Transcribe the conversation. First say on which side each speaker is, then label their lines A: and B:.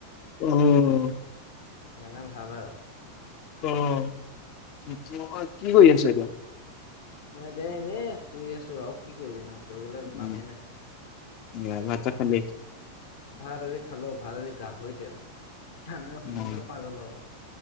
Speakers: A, on the left (about 40°); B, on the left (about 60°).
A: উম <unintelligible>
B: সেইকাৰণে ভাল আৰু
A: অ নহয় কি কৰি আছা এতিয়া
B: মই এতিয়া এনেই শুই আছো আৰু কি কৰিবি ন কৰিবলৈ একো
A: উম,
B: কামেই নাই
A: <unintelligible> ভাত চাত খালি
B: ভাত আজি খালো ভাত আজি গাহৰি তেল <unintelligible> শুনিলেও
A: অ',
B: পাগল অ